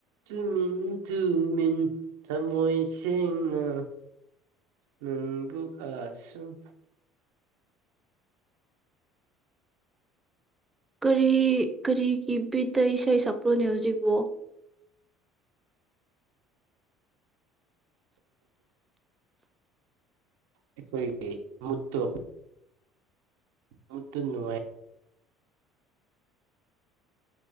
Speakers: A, on the right (about 75°); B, on the right (about 15°).
A: ꯇꯨꯃꯤꯟ ꯇꯨꯃꯤꯟ ꯊꯝꯃꯣꯏ ꯁꯦꯡꯅ ꯅꯪꯕꯨ ꯑꯁꯨꯝ
B: ꯀꯔꯤ ꯀꯔꯤꯒꯤ ꯕꯤꯠꯇ ꯏꯁꯩ ꯁꯛꯄ꯭ꯔꯣꯅꯦ ꯍꯧꯖꯤꯛꯕꯣ
A: ꯑꯩꯈꯣꯏꯒꯤ ꯃꯨꯠꯇ‌ꯣ ꯃꯨꯠꯇ‌ꯣ ꯅꯨꯡꯉꯥꯏ